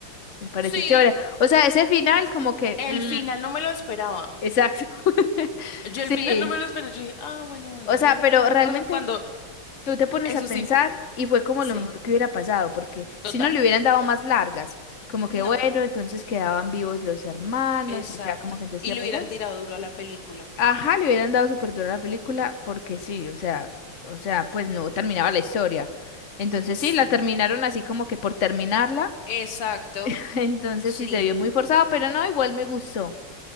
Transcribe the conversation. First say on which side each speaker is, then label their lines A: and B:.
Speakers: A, on the left; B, on the left.
A: me pareció
B: Sí,
A: chévere. O sea, ese final como que...
B: el
A: mm,
B: final no me lo esperaba.
A: exacto. <laughs>
B: Yo al final
A: Sí.
B: no me lo esperé. Yo dije, ah, bueno, van
A: O
B: a
A: sea,
B: vivir
A: pero
B: la
A: realmente
B: cosa cuando.
A: tú te pones
B: Eso
A: a pensar
B: sí,
A: y fue como
B: sí,
A: lo mejor que hubiera pasado, porque
B: total.
A: si no le hubieran dado más largas, como que
B: No,
A: bueno, entonces quedaban vivos los hermanos
B: exacto.
A: y ya como que entonces
B: Y
A: qué iba
B: le
A: a pasar.
B: hubieran tirado duro a la película.
A: Ajá, le hubieran dado súper duro a la película porque sí, o sea, o sea, pues no terminaba la historia. Entonces
B: Sí,
A: sí, la terminaron así como que por terminarla.
B: exacto.
A: <laughs> Entonces
B: Sí.
A: sí se vio muy forzado, pero no, igual me gustó.